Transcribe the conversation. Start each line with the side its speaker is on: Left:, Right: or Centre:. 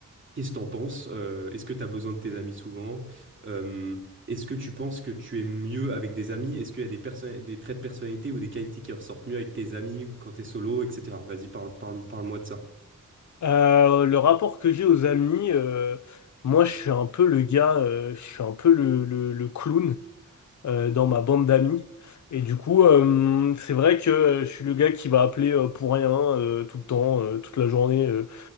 Right: Qu'est-ce que t'en penses? Euh, est-ce que t'as besoin de tes amis souvent? Euh, est-ce que tu penses que tu es mieux avec des amis? Est-ce qu'il y a des perso- des traits de personnalité ou des qualités qui ressortent mieux avec tes amis ou quand t'es solo, etc. Vas-y, parle, parle, parle-moi de ça.
Left: Euh, le rapport que j'ai aux amis, euh, moi je suis un peu le gars, euh, je suis un peu le, le- le clown euh, dans ma bande d'amis. Et du coup, euh, c'est vrai que euh, je suis le gars qui va appeler euh, pour rien euh, tout le temps, euh, toute la journée, euh,